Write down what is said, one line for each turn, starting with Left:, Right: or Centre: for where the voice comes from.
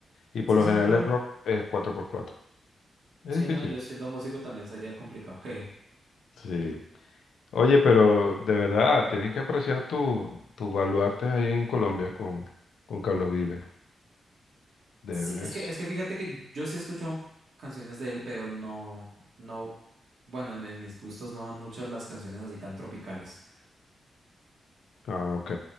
Left: Y por
Right: sí,
Left: lo
Right: sí,
Left: general
Right: no, claro.
Left: el rock es cuatro por cuatro. Es
Right: Sí,
Left: difícil.
Right: no, yo siendo músico también sería complicado. <laughs>
Left: Sí. Oye, pero de verdad, tienes que apreciar tu, tus baluartes ahí en Colombia con, con Carlos Vives. Debes.
Right: Sí, es que, es que fíjate que yo sí he escuchado canciones de él, pero no, no, bueno, en, en mis gustos no van muchas las canciones así tan tropicales.
Left: Ah, ok.